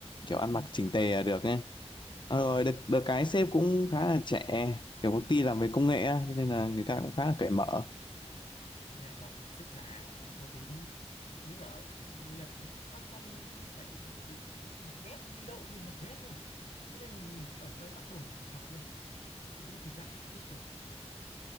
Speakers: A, on the left (about 45°); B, on the left (about 80°).
A: kiểu ăn
B: ừ.
A: mặc chỉnh tề là được ấy. Ờ,
B: Ờ,
A: rồi được, được cái sếp cũng khá là trẻ kiểu công ty làm về công nghệ á cho nên là người
B: à,
A: ta cũng khá là cởi mở
B: bên này toàn xếp già khó tính như cả Nhật nó cứ tác phong nó phải mặc vest đi đâu đều mặc vest đi thế nên mình phải, bắt bắt buộc mình phải mặc đi chứ cũng thực ra cũng chả thích đâu